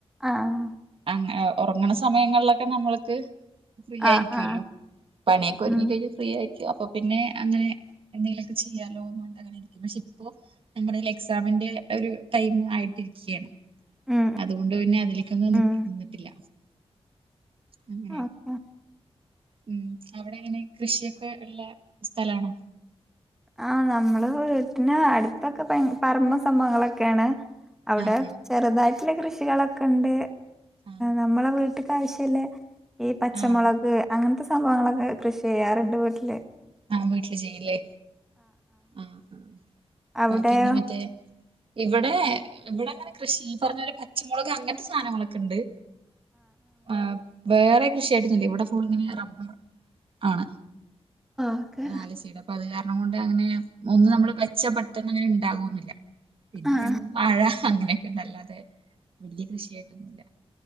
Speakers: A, in the centre; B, on the right (about 55°).
A: ആഹ്
B: അങ്ങന ഒറങ്ങണ സമയങ്ങളിലൊക്ക നമ്മള്ക്ക് വിചാരിക്കുവല്ലോ
A: ആഹ് ആഹ്
B: പനിയൊക്കെ ഒരുക്കി
A: ഉം
B: കഴിഞ്ഞ് ഫ്രീ ആയിരിക്കും അപ്പൊ പിന്നെ അങ്ങനെ എന്തെലെക്ക ചെയ്യാലോന്ന് പറഞ്ഞിട്ടങ്ങനെ ഇരിക്കും പക്ഷെ ഇപ്പോ നമ്മടെ ലൈ എക്സാമിന്റെ ഒര് ടൈംമ് ആയിട്ടിരിക്കയാണ്
A: ഉം
B: അത്കൊണ്ട് പിന്നെ അതിലെക്കൊന്നും
A: ഉം
B: നിക് നിന്നിട്ടില്ല അങ്ങനെ
A: ഓക്കെ
B: ഉം അവ്ടെങ്ങനെ കൃഷിയൊക്കെ ഉള്ള സ്ഥലാണോ
A: ആഹ് നമ്മള് വീട്ട്ന് അടുത്തൊക്ക പറമ്പും സംഭവങ്ങളൊക്കെയാണ് അവ്ടെ
B: ആഹ് ആഹ്
A: ചെറുതായിട്ട്ള്ള കൃഷികളെക്കെ ഉണ്ട്
B: ആഹ്
A: നമ്മള വീട്ട്ക്ക് ഇപ്രാവശ്യല്ലേ ഈ പച്ചമുളക്
B: ആഹ്
A: അങ്ങനത്തെ സംഭവങ്ങളൊക്ക കൃഷി ചെയ്യാറുണ്ട് വീട്ട്ല്
B: ആഹ് വീട്ട്ല് ചെയ്യില്ലേ ആഹ് അഹ്
A: അവിടെയോ
B: ബാക്കി എന്നാ മറ്റേ ഇവ്ടെ ഇവട അങ്ങനെ കൃഷി ഈ പറഞ്ഞ പോലെ പച്ചമുളക് അങ്ങനത്തെ സാധനങ്ങളൊക്ക ഇണ്ട് ആഹ് വേറെ കൃഷിയായിട്ടന്നല്ലേ ഇവിടെ ഫുളിങ്ങെ റബ്ബർ ആണ്
A: ഓക്കെ
B: ആലചയുടെ അപ്പൊ അത് കാരണം കൊണ്ട് അങ്ങനെ ഒന്നും നമ്മള് മെച്ച പെട്ടെന്ന് അങ്ങനെ ഉണ്ടാകുന്നില്ല പിന്നെ
A: ആഹ്
B: രണ്ട് മൂന്നും വാഴ അങ്ങനെയൊക്കെ ഇണ്ടല്ലാതെ വലിയ കൃഷിയായിട്ടൊന്നുമല്ല